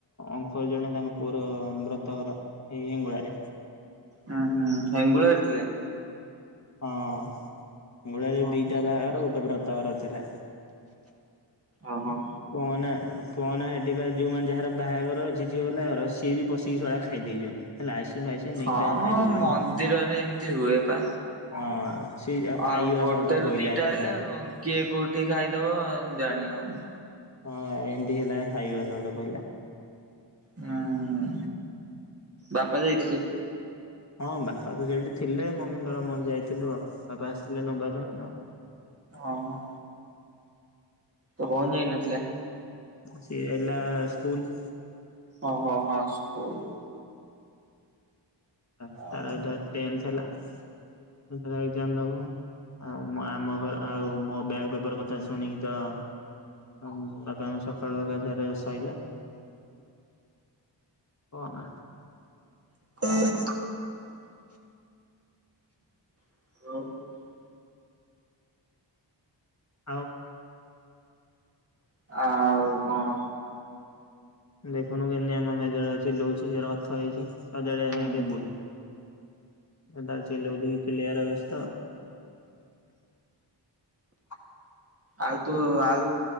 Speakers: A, on the left; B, on the right.
A: ଅଙ୍କଲ ଜଣେ ତାଙ୍କ ପୁଅର ବ୍ରତ ଘର। ଏଇ ଏଙ୍ଗୁଳାରେ।
B: ହୁଁ ହୁଁ ହେଙ୍ଗୁଳାରେ ଥିଲା?
A: ହଁ ହେଙ୍ଗୁଳାରେ
B: ଓହୋ
A: ଦିଟା ବାହାଘର ଗୋଟେ <unintelligible> ବ୍ରତ ଘର ଥିଲା।
B: ଓ ହ।
A: କୁହନା କହନା ସେଠି ବା ଯୋଉମାନେ ଯାହାର ବାହାଘର ଅଛି ଝିଅ ବାଲା ଘର ସିଏ ବି ପଶିକି ଶଳା ଖାଇ ଦେଇଛନ୍ତି। ହେଲା ଆଇସ୍କ୍ରିମ୍ ଫାଇସକ୍ରିମ୍
B: ହଁ
A: ନେଇକି ତାଣ ଖାଇଦଉଚନ୍ତି।
B: ମନ୍ଦିରରେ ଏମିତି ହୁଏ ପା।
A: ହଁ। ସେଇ ଆ ଖାଇବା
B: ଆଉ ଗୋଟେରୁ
A: ସର୍ଟ ପଇଲା
B: ଦିଟା
A: ଏକା
B: ହେଲେ
A: ସାଙ୍ଗେ।
B: କିଏ କୋଉଠି ଖାଇଦବ ଜାଣିିହଉନି।
A: ହଁ ଏମ୍ତି ହେଲାଣି ଖାଇବା ସର୍ଟ ପଇଲା।
B: ହଁ ବାପା ଯାଇଥିଲେ?
A: ହଁ ବାପା ତ ସେଇଠି ଥିଲେ ମମିଙ୍କର ମୋର ଯାଇଥିଲୁ ଆଉ ବାପା ଆସିଥିଲେ ନମ୍ବା ପାଇଁ ଆଉ।
B: ଓ ହ। ତୋ ଭଉଣୀ ଯାଇ ନଥିଲା?
A: ସେ ହେଲା ସ୍କୁୂଲ
B: ଓ ହଁ ହଁ ସ୍କୁଲ।
A: ତା
B: ଆଉ
A: ତାର ଏଇଟା ଟେନ୍‌ଥ ହେଲା <unintelligible> ତାର ଏଜ୍ଜାମ୍ ଦବ। ଆ ମ ଆମ ଘର ଆଉ ମୋ ବ୍ୟାକ୍ ପେପର କଥା ଶୁଣିକି ତ ହଁ ମୋ <unintelligible> ସକାଳୁ ଆକା ସାରେ ସଇଲା। କ ନା।
B: <unintelligible> <unintelligible>
A: ହଁ <unintelligible>
B: ଆଉ କଣ
A: ଦେଖୁନୁ କେମତି ଆମ ମେଜର ଚିଲୋଉ ଲୋଛି ଅର୍ଥ ହେଇଛି। ସଜାଡ଼ିବା
B: ହୁଁ
A: ପାଇଁ କେ। ସିଏ ତାର ଚିଲେଉଛି ଚିଲେଇଆରେ ବ୍ୟସ୍ତ ଆଉ। <unintelligible>
B: ଆଉ ତୁ ଆଉ